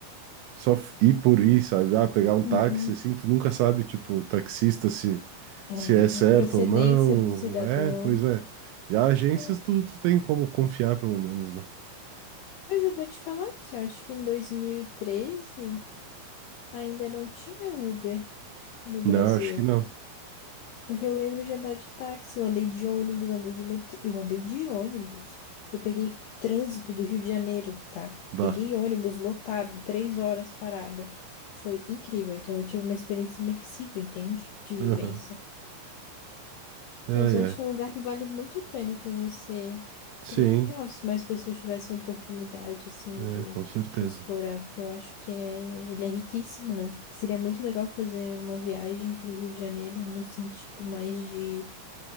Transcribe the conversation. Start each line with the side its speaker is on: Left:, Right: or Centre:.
Right: só f- ir por ir, sabe? Ah, pegar um
Left: Uhum.
Right: táxi, assim, tu nunca sabe, tipo, o taxista se,
Left: É,
Right: se é certo
Left: procedência
Right: ou não.
Left: do cidadão.
Right: É, pois é. Já agências
Left: É.
Right: tu, tu tem como confiar, pelo menos, né?
Left: Mas eu vou te falar que eu acho que em 2013 ainda não tinha Uber no Brasil.
Right: Não, acho que não.
Left: Porque eu lembro de andar de táxi, eu andei de ônibus, andei de metrô, eu andei de ônibus. Eu peguei trânsito do Rio de Janeiro, tá?
Right: Dá.
Left: Peguei ônibus lotado, três horas parada. Foi incrível. Então eu tive uma experiência imersiva, entende? De vivência.
Right: Aham. É,
Left: Mas eu acho
Right: é.
Left: que é um lugar que vale muito a pena conhecer.
Right: Sim,
Left: Seria legal se mais pessoas tivessem a oportunidade, assim,
Right: é,
Left: de,
Right: com certeza.
Left: de explorar, porque eu acho que é, ele é riquíssimo, né? Seria muito legal fazer uma viagem para o Rio de Janeiro no sentido mais de